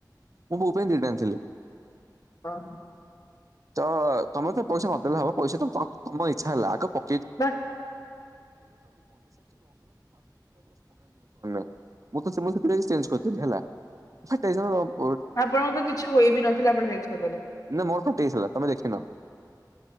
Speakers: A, on the right; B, on the left.
A: ମୋ ବୋଉ ପାଇଁ ଦିଟା ଆଣିଥିଲି।
B: ହଁ।
A: ତ ତମେ ତ ପଇସା ନ ଦଲେ ହବ ପଇସା ତ ତ ତମ ଇଚ୍ଛା ହେଲା ଆଗ ପ
B: ବା
A: <inaudible> ମୁଁ ତଁ ସେମିତି ପ୍ଲିଜ୍ ଚେଞ୍ଜ୍ କରିଦେବି ହେଲା। ସେ <unintelligible>
B: ଆପଣଙ୍କ ତ କିଛି ହୋଇ ବି ନଥିଲା ଆପଣ ଚେଞ୍ଜେ କରିଦେଲେ।
A: ନା ମୋର ଫାଟି ହେଇଥିଲା ତମେ ଦେଖିନ